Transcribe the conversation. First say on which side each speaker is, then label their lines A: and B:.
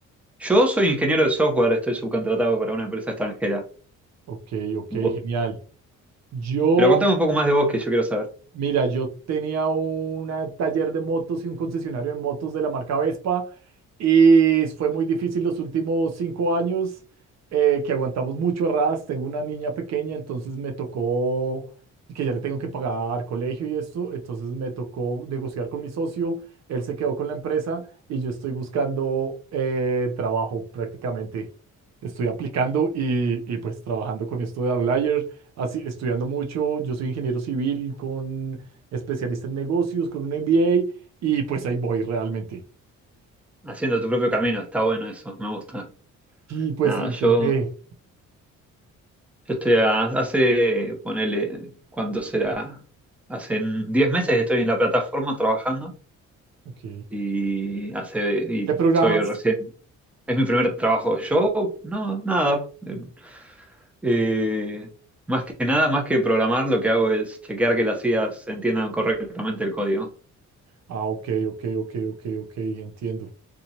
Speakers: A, in the centre; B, on the right.
A: Yo soy ingeniero de software, estoy subcontratado para una empresa extranjera.
B: Ok, ok,
A: Vo-
B: genial. Yo
A: Pero contame un poco más de vos que yo quiero saber.
B: Mira, yo tenía un taller de motos y un concesionario de motos de la marca Vespa y fue muy difícil los últimos cinco años eh, que aguantamos mucho arras. Tengo una niña pequeña, entonces me tocó que ya le tengo que pagar colegio y esto, entonces me tocó negociar con mi socio. Él se quedó con la empresa y yo estoy buscando eh, trabajo prácticamente. Estoy aplicando y, y pues trabajando con esto de outlier así, estudiando mucho. Yo soy ingeniero civil con especialista en negocios, con un MBA, y pues ahí voy realmente.
A: Haciendo tu propio camino, está bueno eso, me gusta.
B: Y pues
A: Nada,
B: intenté.
A: yo Yo estoy a- hace, ponele, ¿cuánto será? Hace 10 meses estoy en la plataforma trabajando
B: Ok.
A: y hace y
B: ¿Qué programas?
A: soy recién, es mi primer trabajo. Yo, no, nada. Eh, eh, más que nada, más que programar, lo que hago es chequear que las IAs entiendan correctamente el código.
B: Ah, ok, ok, ok, ok, ok, entiendo.